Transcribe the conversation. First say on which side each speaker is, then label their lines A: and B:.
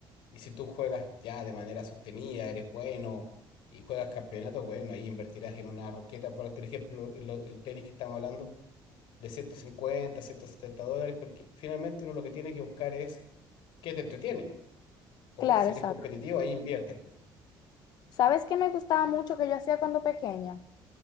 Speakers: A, on the left; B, on the left.
A: Y si tú juegas ya de manera sostenida, eres bueno y juegas campeonatos, bueno, ahí invertirás en una raqueta, por ejemplo, el el tenis que estamos hablando de ciento cincuenta ciento setenta dólares, porque finalmente uno lo que tiene que buscar es qué te entretiene. O
B: Claro,
A: si eres
B: exacto.
A: competitivo, ahí inviertes, po.
B: ¿Sabes qué me gustaba mucho que yo hacía cuando pequeña?